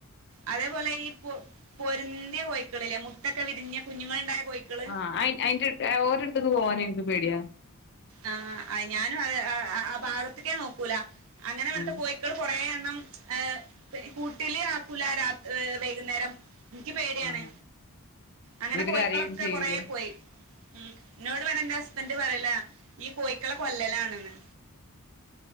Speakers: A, on the right; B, on the left.
A: അതേപോലെ ഇപ്പൊ പൊരുന്തിയ കോയിക്കളില്ലേ മുട്ടൊക്കെ വിരിഞ്ഞ കുഞ്ഞുങ്ങളുണ്ടായ കോഴിക്കള്
B: ആ അയ് അയിന്റെ ഓലെടുത്ത്ക്ക് പോവാൻ എനിക്ക് പേടിയാണ്
A: ആ അ ഞാനും അത് ആ ഭാഗത്തേക്കേ നോക്കൂല അങ്ങനെ ഇവിടുത്തെ
B: ആഹ്
A: കോഴി ക്കള് കുറെ എണ്ണം ഏ കൂട്ടില് ആക്കൂല രാ ഏ വൈകുന്നേരം ഇൻക്ക് പേടിയാണ്
B: ആഹ്
A: അങ്ങനെ
B: ഒരു
A: കോഴിക്കളൊക്കെ
B: കരയും ചെയ്യൂലേ
A: കൊറേ പോയി ഉം ഇന്നോട് പറയും ഇന്റെ ഹസ് ബൻഡ് പറയലാ ഈ കോയിക്കളെ കൊല്ലലാണ്ന്ന്.